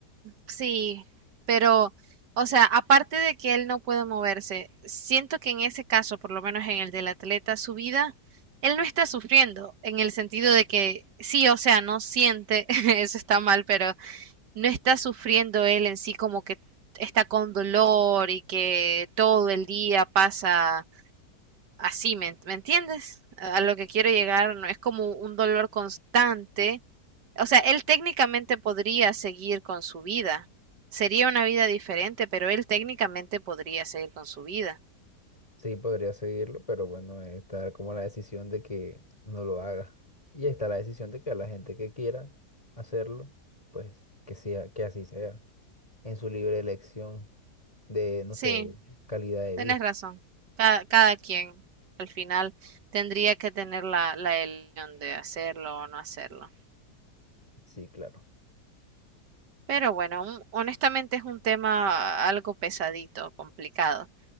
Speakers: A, on the right; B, on the left.
A: Sí, pero, o sea, aparte de que él no puede moverse, siento que en ese caso, por lo menos en el del atleta, su vida, él no está sufriendo, en el sentido de que sí, o sea, no siente, <laughs> eso está mal, pero no está sufriendo él en sí como que está con dolor y que todo el día pasa así, ¿me, me entiendes? A lo que quiero llegar, no es como un dolor constante. O sea, él técnicamente podría seguir con su vida. Sería una vida diferente, pero él técnicamente podría seguir con su vida.
B: Sí, podría seguirlo, pero bueno, está como la decisión de que no lo haga. Y está la decisión de que a la gente que quiera hacerlo, pues que sea, que así sea. en su libre elección de, no
A: Sí,
B: sé, calidad de
A: tenés
B: vida.
A: razón. Cada, cada quien al final tendría que tener la, la elección de hacerlo o no hacerlo.
B: Sí, claro.
A: Pero bueno, un- honestamente es un tema algo pesadito, complicado.